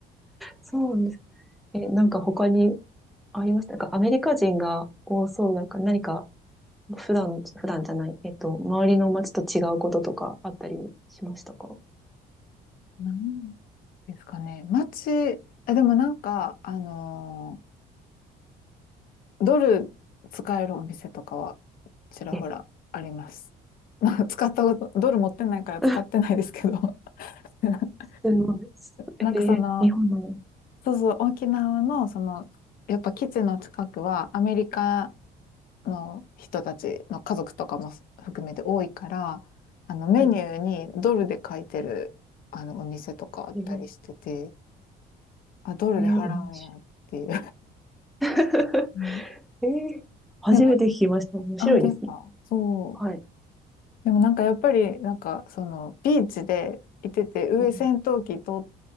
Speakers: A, in the centre; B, on the left.
A: そうなんです。え、なんか他にありましたかアメリカ人が多そうだから、何か普段、普段じゃない、えっと、周りの街と違うこととかあったりしましたか
B: なんですかね。街、あ、でもなんか、あのードル使えるお店とかはちらほらあります。
A: え、
B: <laughs> まあ、使ったこと、ドル持ってないから使ってないですけど。
A: <laughs>
B: <laughs>
A: すごい。
B: なんかその、
A: えー日本なのに。
B: そうそう、沖縄の、その、やっぱ基地の近くはアメリカの人たちの家族とかも含めて多いから、あの、メニューにドルで書いてる、
A: はい。
B: あの、お店とかあったりしてて、
A: えー、
B: あ、ドルで払うんやっていう。
A: えー面白い。<laughs>
B: <laughs> うん
A: えー、初めて聞きました。
B: で
A: 面白いですね。
B: あ、本当ですかそう。
A: はい。
B: でもなんかやっぱり、なんかそのビーチでいてて、上戦闘機と
A: うん